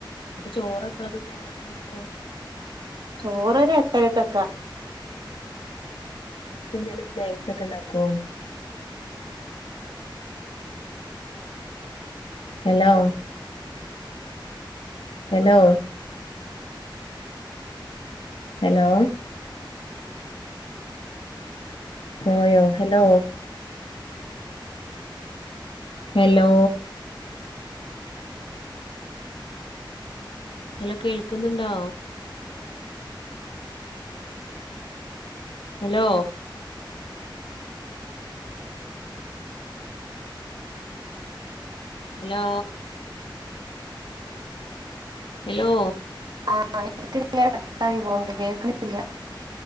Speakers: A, on the left (about 85°); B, on the right (about 55°).
A: അപ്പൊ ചോറ് എപ്പളാ തിന്ന രാത്രിക്കൽത്തെ?
B: ചോറൊരു എട്ടരക്കൊക്കെ.
A: ചായക്ക്‌ എന്തേലും സ്നാക്സ് ഒക്കെ ഇണ്ടാക്കോ? ഹലോ ഹലോ ഹലോ പോയോ, ഹലോ ഹലോ ഹലോ കേൾക്കുന്ന്ണ്ടോ? ഹലോ ഹലോ ഹലോ
B: ആഹ്. എടക്ക്ങ്ങനെ കട്ടായി പോണ്ട് കേക്ക്ണില്ല്യ.